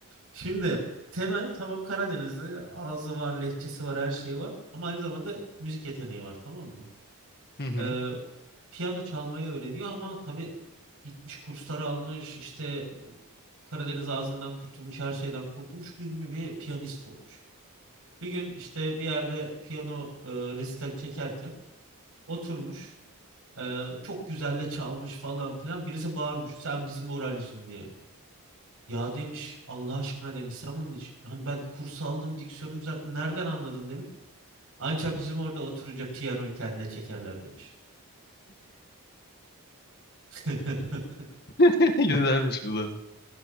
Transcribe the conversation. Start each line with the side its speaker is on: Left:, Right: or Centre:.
Right: Şimdi Temel tamam Karadenizli ağzı var, lehçesi var, her şeyi var. Ama aynı zamanda müzik yeteneği var tamam mı?
Left: Hı hı.
Right: Ee, piyano çalmayı öğreniyor ama tabii Gitmiş kurslar almış işte Karadeniz ağzından kurtulmuş her şeyden kurtulmuş ünlü bir piyanist olmuş. Bir gün işte bir yerde piyano e, resitali çekerken oturmuş e, çok güzel de çalmış falan filan birisi bağırmış sen bizim Oralyos'un diye. Ya demiş Allah aşkına demiş sen bunun için hani ben kursu aldım diksiyonu düzelttim nereden anladın demiş. Anca bizim orada oturunca piyanoyu kendine çekerler demiş. <laughs>
Left: <laughs> Güzelmiş bu da.